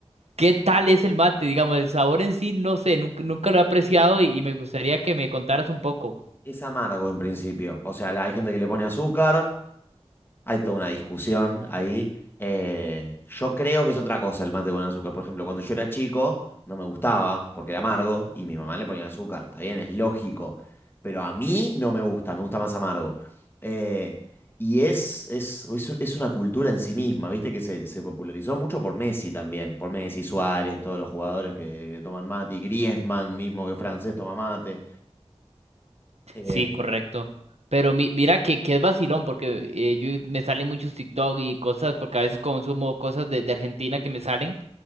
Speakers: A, on the right; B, on the left.
A: ¿qué tal es el mate? Digamos, el sabor en sí, no sé, nunca, nunca lo he apreciado y, y me gustaría que me contaras un poco.
B: Es amargo en principio. O sea, la- hay gente que le pone azúcar, hay toda una discusión ahí. Eh, yo creo que es otra cosa el mate con azúcar. Por ejemplo, cuando yo era chico, no me gustaba porque era amargo y mi mamá le ponía azúcar. Está bien, es lógico. Pero a mí no me gusta, me gusta más amargo. Eh, y es, es, es, un- es una cultura en sí misma, ¿viste? Que se, se popularizó mucho por Messi también. Por Messi, Suárez, todos los jugadores que, que toman mate. Y Griezmann mismo, que es francés, toma mate. Eh,
A: Sí, correcto. Pero mi- mira que, que es vacilón, porque eh, yo, me salen muchos TikTok y cosas, porque a veces consumo cosas de de Argentina que me salen.